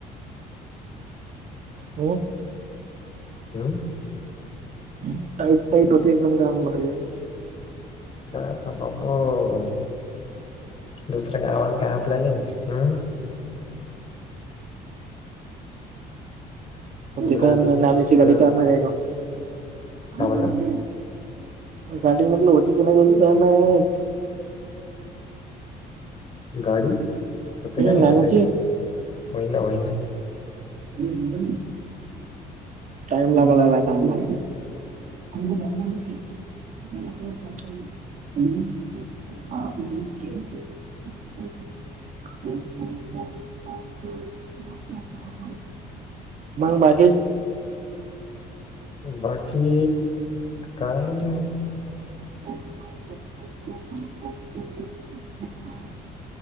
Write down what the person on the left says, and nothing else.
हम्म?
काय थांबा. हो. दुसरा का आवाज काय आपल्याला हम्.
कुत्रा
रे कुठं
काय म्हणलं
गाडी होते का नाही
होते होयना होयनना.
बाकी काही नाही बग.